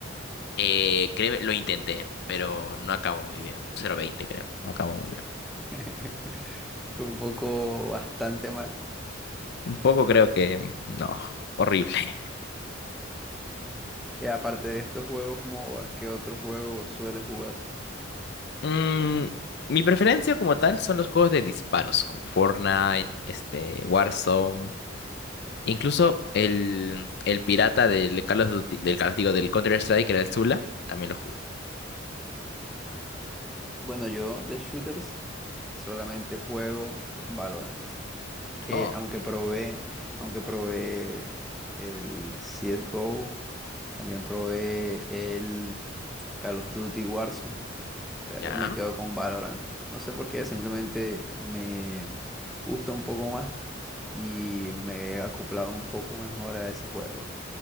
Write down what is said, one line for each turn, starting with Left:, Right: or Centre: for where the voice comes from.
Left: Eh, créeme, lo intenté, pero no acabó muy bien. cero veinte creo, no acabó muy bien.
Centre: <laughs> Fue un poco bastante mal.
Left: Un poco creo que, no, horrible.
Centre: Y aparte de estos juegos MOBA, ¿qué otro juego sueles jugar?
Left: Mm, mi preferencia como tal son los juegos de disparos, como Fortnite, este, Warzone, incluso el, el pirata del Call of Duty- del Call- digo, del Counter-Strike, que era el Zula, también lo jugué.
Centre: Bueno, yo de shooters solamente juego Valorant. Eh,
Left: Oh,
Centre: aunque probé, aunque probé el CSGO, también probé el Call of Duty Warzone, pero
Left: ya.
Centre: me quedo con Valorant. No sé por qué, simplemente me gusta un poco más y me he acoplado un poco mejor a ese juego.